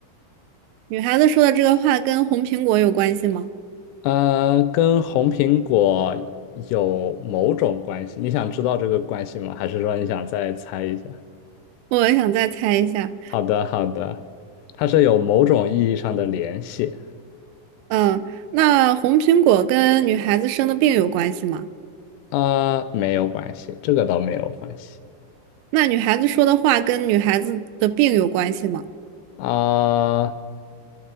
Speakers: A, on the right; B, on the left.
A: 女孩子说的这个话跟红苹果有关系吗？
B: 呃，跟红苹果有某种关系，你想知道这个关系吗？还是说你想再猜一下？
A: 我想再猜一下。
B: 好的，好的，它是有某种意义上的联系。
A: 嗯，那红苹果跟女孩子生的病有关系吗？
B: 啊，没有关系，这个倒没有关系
A: 那女孩子说的话跟女孩子的病有关系吗？
B: 啊，